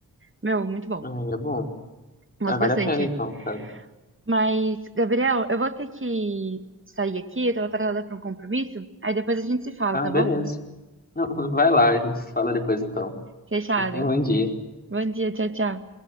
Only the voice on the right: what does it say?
Meu, muito bom.
Gosto
bastante.
Mas, Gabriel, eu vou ter que sair aqui, eu tô atrasada para um compromisso. Aí depois a gente se fala,
tá
bom?
Fechado.
Bom dia, tchau, tchau.